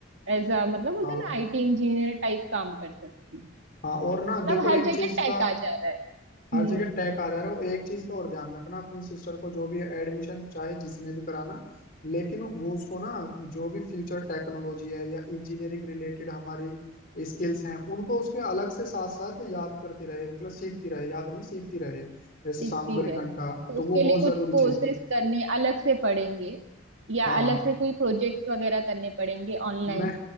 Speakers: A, on the right; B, on the left.
A: एज अ मतलब बोलते
B: हाँ
A: हैं ना आईटी इंजीनियर टाइप काम कर सकती हूँ
B: हाँ और ना
A: मतलब
B: देखो
A: हर
B: एक
A: जगह
B: चीज
A: टेक
B: का
A: आ जा रहा है
B: हर
A: हम्म
B: जगह टैग आ जा रहा है और एक चीज का और ध्यान रखना अपनी सिस्टर को जो भी एडमिशन चाहे जिसमें भी कराना लेकिन वो उसको ना जो भी फ्यूचर टेक्नोलॉजी है या इंजीनियरिंग रिलेटेड हमारी स्किल्स हैं उनको उसके अलग से साथ साथ याद करती रहे मतलब सीखती रहे याद नहीं सीखती रहे जैसे
A: सीख
B: शाम
A: भी
B: को एक
A: रहे हैं
B: घंटा
A: तो
B: तो
A: उसके
B: वो
A: लिए
B: बहुत
A: कुछ
B: जरूरी
A: कोर्सेज
B: चीज है
A: करने अलग से पड़ेंगे या
B: हाँ
A: अलग से कोई प्रोजेक्ट्स वगैरह करने पड़ेंगे ऑनलाइन
B: मैं